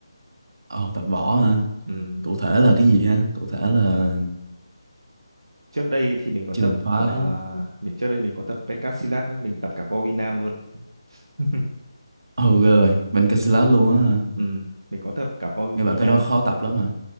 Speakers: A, on the right (about 60°); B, on the right (about 75°).
A: ồ tập võ hả
B: ừ.
A: cụ thể là cái gì ha cụ thể là
B: trước đây ấy thì mình có
A: trường
B: tập
A: phái
B: ờ, mình trước đây mình có tập pencak silat nữa, mình tập cả vo vi nam luôn <laughs>
A: ồ ghê rồi bên Casillas luôn á hả
B: ừ. mình có tập cả vo
A: nghe bảo
B: vi
A: cái
B: nam
A: đó khó tập lắm hả